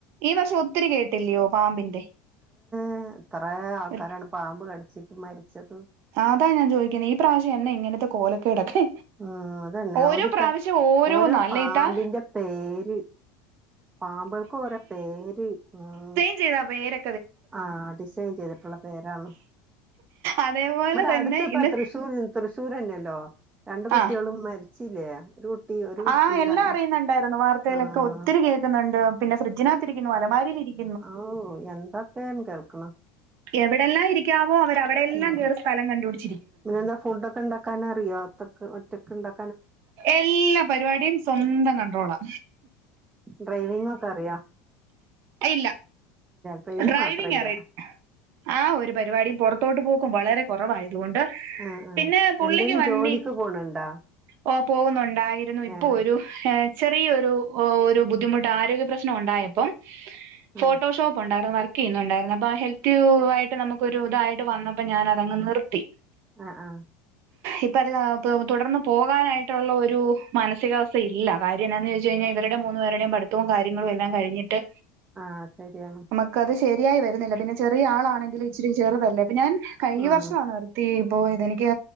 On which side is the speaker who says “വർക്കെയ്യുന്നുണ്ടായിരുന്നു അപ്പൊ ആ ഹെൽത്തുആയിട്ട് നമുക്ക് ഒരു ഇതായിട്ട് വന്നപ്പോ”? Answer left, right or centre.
Right